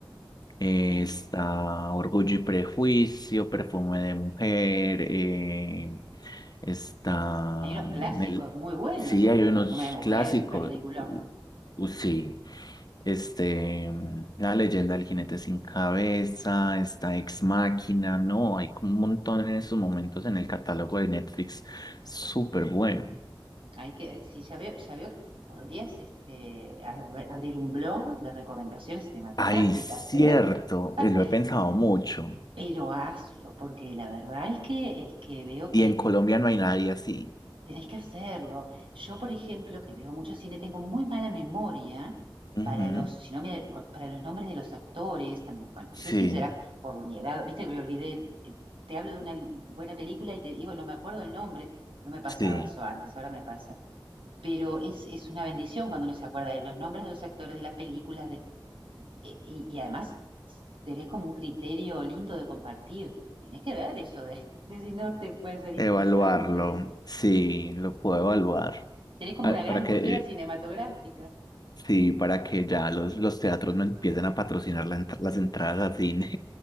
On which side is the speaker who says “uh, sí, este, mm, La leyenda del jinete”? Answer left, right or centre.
Left